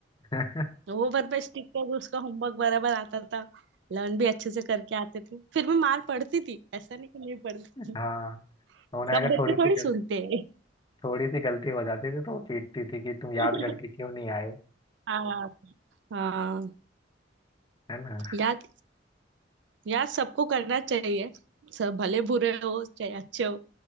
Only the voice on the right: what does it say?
होमवर्क पे स्टिक कर उसका होमवर्क बराबर आता था लर्न भी अच्छे से करके आते थे फिर भी मार पड़ती थी ऐसा नहीं कि नहीं पड़ती थी
सब
बच्चे
थोड़ी
सुनते हैं
<laughs>
हाँ हाँ
याद याद सबको करना चाहिए सब भले बुरे हो चाहे अच्छे हो